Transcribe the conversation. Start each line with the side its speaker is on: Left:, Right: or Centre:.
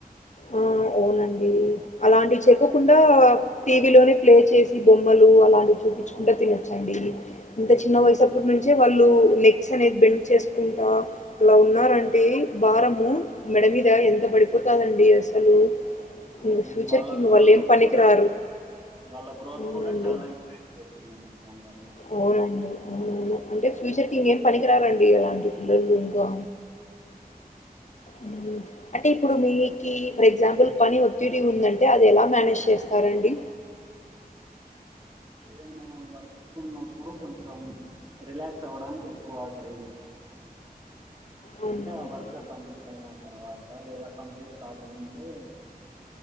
Left: ఆ అవునండి అలాంటివి చెయకోకుండా టీవీలోనే ప్లే చేసి బొమ్మలు అలాంటివి చూపించకుండా తినొచ్చండి ఇంత చిన్న వయసప్పటి
Right: ఆ
Left: నుంచే వాళ్ళు నెక్స్ అనేది బెండ్ చేసుకుంటా అలా ఉన్నారంటి భారము మెడ మీద ఎంత పడిపోతందిండి అసలు
Right: అవునండి
Left: ఇంక ఫ్యూచర్‌కి
Right: వాళ్ళ
Left: ఇంక
Right: గ్రోత్
Left: వాళ్ళేం పనికిరారు.
Right: కూడా వాళ్ళ గ్రోత్
Left: అవునండి.
Right: కూడా చాలా ఇ అవుతుందండి దాని వల్ల
Left: అవునండి అవును అవును అంటే ఫ్యూచర్ కి ఇంకేం పనికిరారండి ఇలాంటి పిల్లలు ఇంకా ఉం అంటే ఇప్పుడు మీకి ఫర్ ఎగ్జాంపుల్ పని ఒత్తిడి ఉందంటే అది ఎలా మేనేజ్ చేస్తారండి
Right: ఏదైనా వర్క్ ఉన్నప్పుడు కొంచెం రిలాక్స్ అవ్వడానికి ఎక్కువ ట్రై చేస్తారు
Left: అవునా!
Right: అంటే ఆ వర్క్ కంప్లీట్ అయిన తర్వాత లేదా కంప్లీట్ కాకముందే